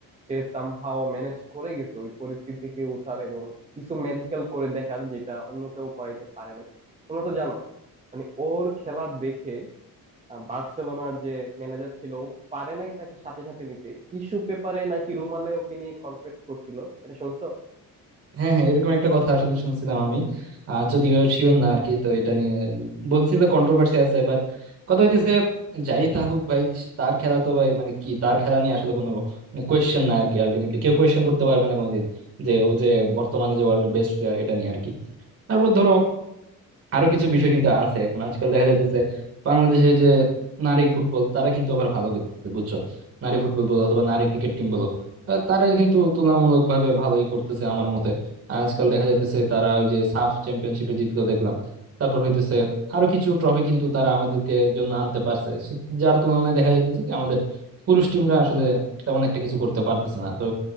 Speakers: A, on the right (about 20°); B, on the right (about 40°).
A: সে সামহাও ম্যানেজ করে গেছে ওই পরিস্থিতি থেকে ওঠার এবং কিছু ম্যাজিক্যাল করে দেখার যেটা অন্য কেউ করাইতে পারে নাই তোমরা তো জানো মানে ওর খেলা দেখে আহ, বার্সেলোনার যে ম্যানেজার ছিল ও পারে নাই তাকে সাথে সাথে নিতে টিস্যু পেপারে নাকি রুমালে ওকে নিয়ে কন্ট্রাক্ট করছিল এটা শুনছো
B: হ্যাঁ হ্যাঁ এরকম একটা কথা আসলে শুনছিলাম আমি আহ যদিও শিওর না আর কি তো এটা নিয়ে বলছিল কন্ট্রোভার্সি আছে বাট কথা হইতেছে যাই থাকুক ভাই তার খেলা তো ভাই মানে কি তার খেলা নিয়ে আসলে কোনো মানে কোয়েশ্চেন না আর কি আলটিমেটলি কেউ কোয়েশ্চেন করতে পারবে না কোনোদিন যে ও যে বর্তমানে যে ওয়ার্ল্ডের বেস্ট প্লেয়ার এটা নিয়ে আর কি তারপর ধরো আরো কিছু বিষয় কিন্তু আছে এখন আজকাল দেখা যাইতেছে বাংলাদেশে যে নারী ফুটবল তারা কিন্তু আবার ভালো করতেছে বুঝছো নারী ফুটবল বলো অথবা নারী ক্রিকেট টিম বলো আহ, তারা কিন্তু তুলনামূলক ভাবে ভালোই করতেছে আমার মতে আজকাল দেখা যাইতেছে তারা ওই যে সাফ চ্যাম্পিয়নশিপে জিতলো দেখলাম তারপর হইতেছে আরো কিছু ট্রফি কিন্তু তারা আমাদেরকে জন্য আনতে পারছে সে- যার তুলনায় দেখা যাইতেছে কি আমাদের পুরুষ টিমরা আসলে তেমন একটা কিছু করতে পারতেছে না তো